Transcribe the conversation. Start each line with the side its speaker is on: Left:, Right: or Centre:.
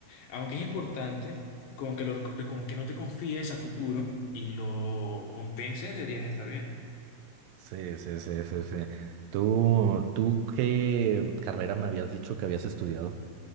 Left: aunque es importante, con que, lo- con que no te confíes a futuro y lo compenses, deberías estar bien.
Right: Sí, sí, sí, sí, sí. ¿Tú, tú qué carrera me habías dicho que habías estudiado?